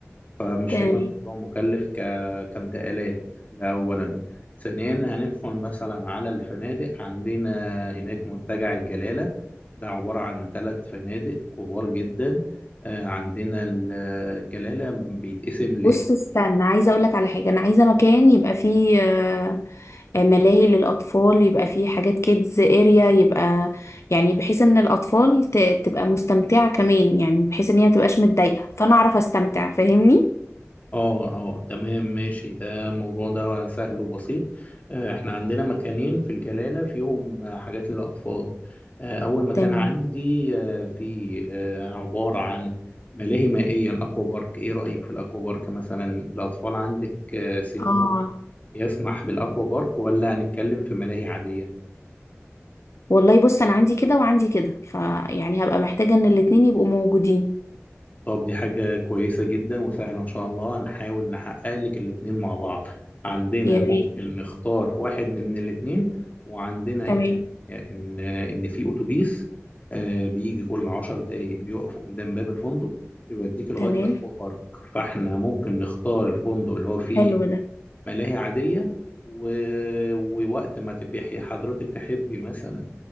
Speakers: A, on the left; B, on the left.
A: فمش
B: تمام
A: هيبقى الموضوع مكلف ك... كانتقالات ده أولا ثانيا هندخل مثلا على الفنادق عندنا هناك منتجع الجلالة ده عبارة عن ثلاث فنادق كبار جدا آه، عندنا الجلالة بيتقسم
B: بص استنى عايزة اقولك على حاجة انا عايزة مكان يبقى فيه آه، آه، ملاهي للاطفال يبقى فيه حاجات كيدز اريا يبقى يعني بحيث ان الاطفال ت- تبقى مستمتعة كمان يعني بحيث ان هي متبقاش متضايقة فانا اعرف استمتع فاهمني
A: اه اه تمام ماشي ده الموضوع ده سهل وبسيط آه، احنا عندنا مكانين في الجلالة فيهم آه، حاجات للأطفال آه، أول مكان
B: تمام
A: عندي آه، في آه، عبارة عن ملاهي مائية الأكوا بارك إيه رأيك في الأكوا بارك مثلا الأطفال عندك آه، سنهم
B: اه
A: يسمح بالأكوا بارك ولا هنتكلم في ملاهي عادية؟
B: والله بص انا عندي كده وعندي كده فيعني هبقى محتاجة ان الاتنين يبقوا موجودين
A: طب دي حاجة كويسة جدا وسهلة إن شاء الله هنحاول نحقق لك الاتنين مع بعض عندنا
B: يا ريت
A: ممكن نختار واحد من الاتنين وعندنا
B: تمام
A: إمكانية إن إن في أتوبيس آه، بيجي كل عشر دقايق بيقف قدام باب الفندق يوديك لغاية
B: تمام
A: الأكوا بارك فإحنا ممكن نختار الفندق اللي هو فيه
B: حلو ده
A: ملاهي عادية و... ووقت ما تبقي حضرتك تحبي مثلا